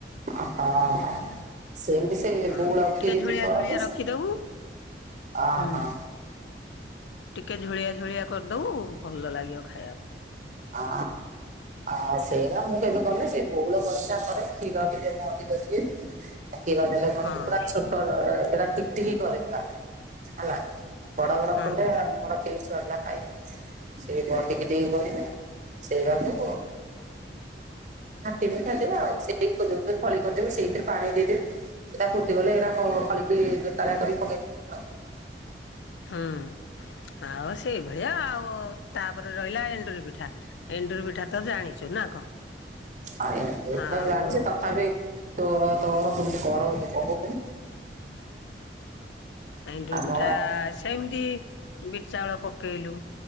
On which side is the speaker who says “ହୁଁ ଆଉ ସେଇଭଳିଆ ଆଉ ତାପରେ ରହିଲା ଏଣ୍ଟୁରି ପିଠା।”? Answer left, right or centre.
Left